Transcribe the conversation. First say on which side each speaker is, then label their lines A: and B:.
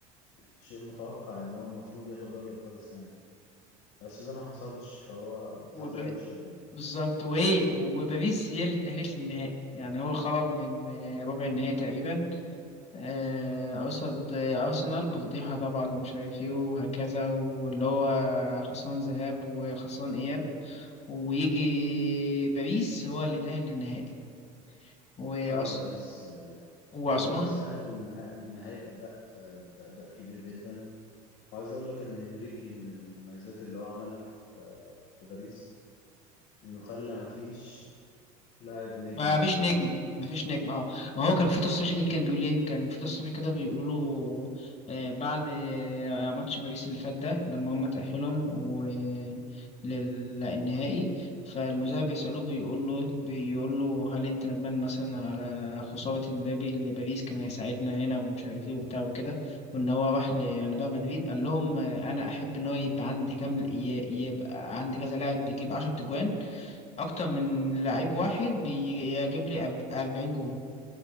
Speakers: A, on the left; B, on the left.
A: شيء متوقع ان هو المفروض ياخد دوري الابطال السنه دي بس ده ما حصلش فهو
B: وبار-
A: حظه وحش قوي
B: بالظبط وايه وباريس هي اللي تأهلت للنهائي يعني هو خرج من آه، ربع النهائي تقريبا آه، قصد أرسنال بفضيحة طبعا ومش عارف ايه وهكذا واللي هو خسران ذهاب وخسران إياب ويجي باريس هو اللي تأهل للنهائي وأس...
A: اه باريس
B: وعثمان
A: وباريس أهل بالنها- النهائي بأداء آه، بأداء كبير جدا وعايز أقول لك إن إنريكي من المميزات اللي هو عملها في باريس إنه خلى ما فيش لاعب نجم
B: ما فيش
A: في الفريق
B: نجم ما فيش نجم اه ما هو كان في تصريح ليه كان بيقول ايه كان في تصريح كده بيقولوا له آه، بعد آه، ماتش باريس اللي فات ده لما هم تأهلهم و لل- للنهائي فالمذيع بيسأله بيقول له بيقول له هل انت ندمان مثلا على خسارة مبابي لباريس كان هيساعدنا هنا ومش عارف ايه وبتاع وكده وان هو راح ل- يعني بقى مدريد قال لهم آه، انا احب ان هو يبقى عندي كام ي- يبقى عندي كذا لاعب بيجيب 10 تجوان اكتر من لعيب واحد بيجيب لي أرب- 40 جون